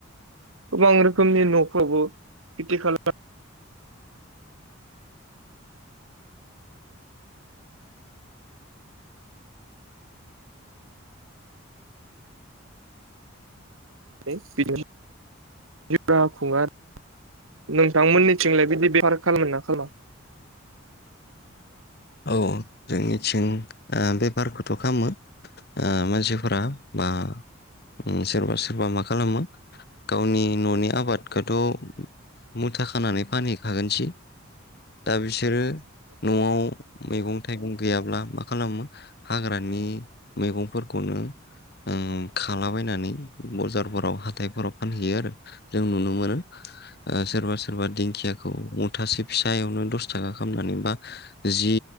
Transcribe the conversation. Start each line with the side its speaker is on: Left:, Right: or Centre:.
Right: गोबां रोखोमनि न'फ्रावबो खेथि खालाम नानै बिदि जिउ राहा खुङो आरो नोंथांमोननिथिंलाय बिदि बेफार खालामो ना खालामा?
Left: औ जोंनिथिं ओ बेफारखौथ' खालामो ओ मानसिफोरा बा उ सोरबा सोरबा मा खालामो गावनि न'नि आबादखौथ' मुथा खानानै फानहै खागोनसै दा बिसोरो न'आव मैगं-थाइगं गैयाब्ला मा खालामो हाग्रानि मैगंफोरखौनो उम खालाबायनानै बजारफोराव हाथायफोराव फानहैयो आरो जों नुनो मोनो ओ सोरबा सोरबा दिंखियाखौ मुथा से फिसायावनो दस थाखा खामनानै बा जि